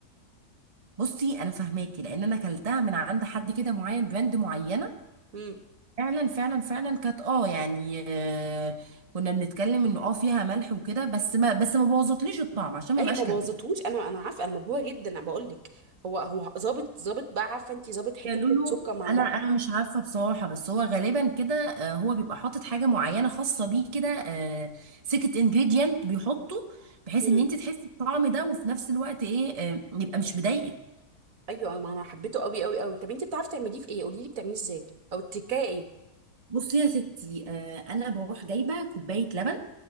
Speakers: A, on the right (about 25°); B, on the right (about 60°).
A: بصي انا فاهماكي لان انا كلتها من عند حد كده معين براند معينه
B: امم
A: فعلا فعلا فعلا كانت اه يعني آه كنا بنتكلم انه اه فيها ملح وكده بس ما بس ما بوظتليش الطعم عشان ما
B: اي
A: بقاش
B: ما بوظتهوش
A: كداب
B: انا انا عارفه انا مبهوره جدا انا بقول لك هو هو ظابط ظابط بقى عارفه انت ظابط حته
A: قالوا له
B: السكر مع الملح
A: انا انا مش عارفه بصراحه بس هو غالبا كده آه، هو بيبقى حاطط حاجه معينه خاصه بيه كده آه، سيكت انجريدينت بيحطه بحيث
B: امم
A: ان انت تحسي بالطعم ده وفي نفس الوقت ايه آه، يبقى مش مضايقك
B: ايوه ما انا حبيته قوي قوي قوي طب انت بتعرفي تعمليه في ايه قولي لي بتعمليه ازاي او التكايه ايه
A: بصي يا ستي آه، انا بروح جايبه كوبايه لبن